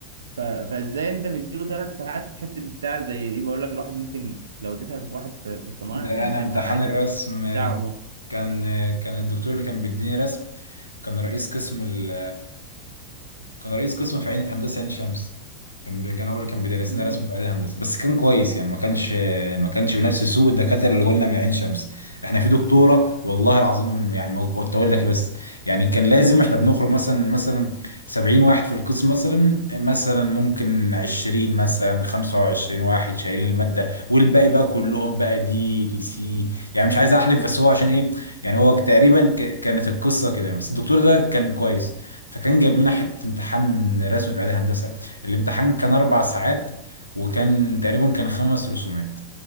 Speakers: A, on the right; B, on the left.
A: ف... فازاي انت مديله ثلاث ساعات في الحته بتاع زي دي بقول لك الواحد ممكن لو اديتها لواحد في في الصنايع
B: ده
A: هيقسمها
B: انا امتحان
A: عادي
B: الرسم
A: في ساعه ونص
B: كان كان الدكتور اللي كان بيديني رسم كان رئيس قسم ال كان رئيس قسم في عين في هندسه عين شمس كان بي... كان هو اللي كان بيدرس
A: امم
B: لنا رسم في عين هندسه بس كان كويس يعني ما كانش ما كانش بنفس سوء الدكاتره اللي قلنا من عين شمس احنا في دكتوره والله العظيم يعني ما كنت اقول لك بس يعني كان لازم احنا بنخرج مثلا مثلا 70 واحد في القسم مثلا مثلا ممكن 20 مثلا 25 واحد شايلين الماده والباقي بقى كلهم بقى دي لي سي يعني مش عايز احلف بس هو عشان ايه يعني هو تقريبا ك- كانت القصه كده يعني. بس الدكتور ده كان كويس فكان جايب لنا حته امتحان رسم في اعدادي هندسه الامتحان كان اربع ساعات وكان تقريبا كان خمس رسومات